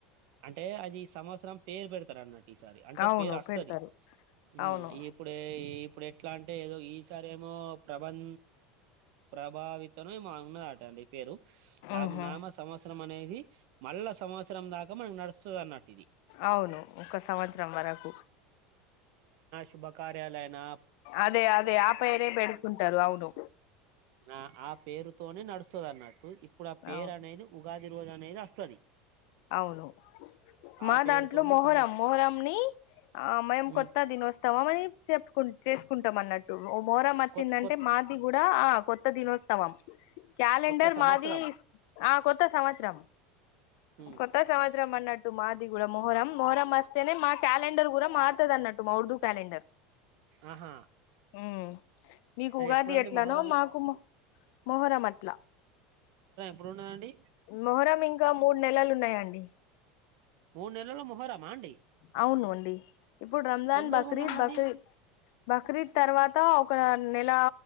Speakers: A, on the right; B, on the left.
A: అంటే అది సంవత్సరం పేరు పెడతారు అన్నట్టు ఈసారి అంటే
B: అవును
A: పేరు వస్తుది
B: పెడతారు
A: మ్మ్
B: అవును
A: ఇప్పుడే ఇప్పుడు ఎట్లా అంటే ఏదో ఈసారి ఏమో ప్రబం ప్రభావితమే మా ఉన్నారటండి పేరు నా
B: ఉహు
A: నామ సంవత్సరం అనే ఇది మళ్ళా సంవత్సరం దాకా మనకి నడుస్తుది అన్నట్టు ఇది
B: అవును ఒక సంవత్సరం వరకు
A: శుభకార్యాలయినా
B: అదే అదే ఆ పేరే పెడుకుంటారు అవును
A: ఆ ఆ పేరుతోనే నడుస్తది అన్నట్టు ఇప్పుడు ఆ పేరు
B: అవును
A: అనేది ఉగాది రోజు అనేది వస్తది
B: అవును మా
A: ఆ పేరుతోనే
B: దాంట్లో మొహరం
A: సంవత్స
B: మొహరంని ఆ మేము
A: హ్మ్.
B: కొత్త దినోత్సవం అని చెప్పుకుం చేసుకుంటాం అన్నట్టు ఓ మొహరం వచ్చిందంటే
A: కొత్ కొత్
B: మాది కూడా ఆ కొత్త దినోత్సవం క్యాలెండర్
A: కొత్త సంవత్సరం.
B: మాది ఆ కొత్త సంవత్సరం
A: హ్మ్.
B: కొత్త సంవత్సరం మన్నట్టు మాది కూడా మొహరం మొహరం వస్తేనే మా కేల కాలెండర్ కూడా మార్తదన్నట్టు మా ఉర్దూ క్యాలెండర్
A: ఆహా!
B: హ్మ్ మీకు
A: అది
B: ఉగాది
A: ఎప్పుడండి
B: ఎట్లనో
A: మొహర్రం
B: మాకు మొ మొహరం అట్లా
A: ఎప్పుడున్నా అండి
B: మొహరం ఇంకా మూడు నెలలు ఉన్నాయండి
A: మూడు నెలలో మొహరమా అండి
B: అవునుండి ఇప్పుడు రంజాన్
A: తొందరగా
B: బక్రీద్
A: ఉన్నదండి
B: బక్రీద్ బక్రీద్ తర్వాత అంత ఒక నెల